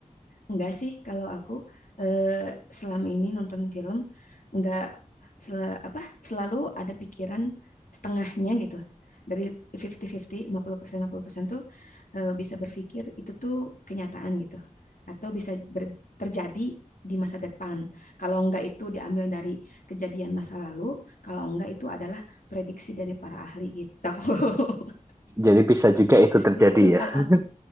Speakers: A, on the left; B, on the right.
A: Enggak sih, kalau aku eh, selama ini nonton film enggak sel- apa selalu ada pikiran setengahnya gitu. Dari lima puluh lima puluh, lima puluh persen 50% tuh eh, bisa berpikir itu tuh kenyataan gitu. Atau bisa ber- terjadi di masa depan. Kalau enggak itu diambil dari kejadian masa lalu, kalau enggak itu adalah prediksi dari para ahli gitu. <laughs>
B: Jadi bisa juga itu terjadi
A: Gitu kalau
B: ya. <laughs>
A: aku.